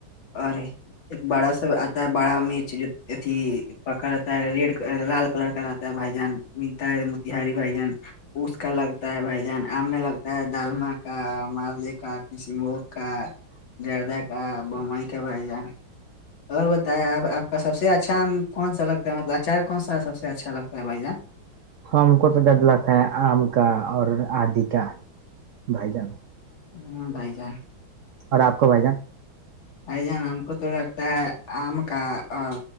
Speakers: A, on the left; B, on the right.
A: اور ایک باڑا سب آتا ہے باڑا مچ جو اھی پکڑ آتا ہے ریڈ لال کلر کا رہتا ہے بھائی جان ملتا ہے متہاری بھائی جان اس کا لگتا ہے بھجان آم میں لگتا ہے دالم کا مالے کا کشمبوگ کا دردہ کا بمبئی کا بھائی جان اور بتائیں آپ آپ کا سب سے اچھا کون سا لگتا ہے مطلب اچار کون سا سب سے اچھا لگتا ہے بھائی جان
B: ہم کو تو جدلتا ہے آم کا اور آدی کا بھائی جان
A: ہ بھائی جان
B: اور آپ کو بھائی جان
A: بھائی جان ہم کو تو لگتا ہے آم کا اور